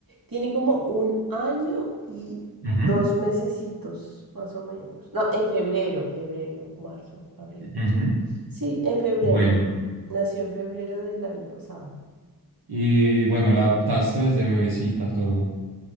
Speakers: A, on the right; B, on the right.
A: tiene como un año y
B: Ujú,
A: dos mesecitos, más o menos. No, en febrero, febrero, marzo, abril,
B: ujú.
A: sí. Sí, en febrero.
B: Bueno,
A: Nació en febrero del año pasado.
B: y bueno, la adoptaste desde bebecita todo.